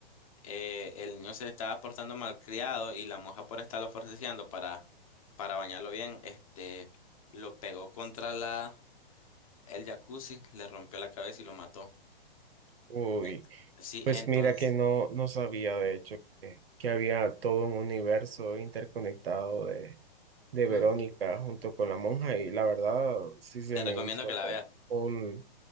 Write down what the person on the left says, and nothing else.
eh, el niño se estaba portando malcriado y la monja por estarlo forcejeando para, para bañarlo bien, este, lo pegó contra la, el jacuzzi, le rompió la cabeza y lo mató.
En- sí,
entonces,
Ujú.
te
recomiendo
que la veas.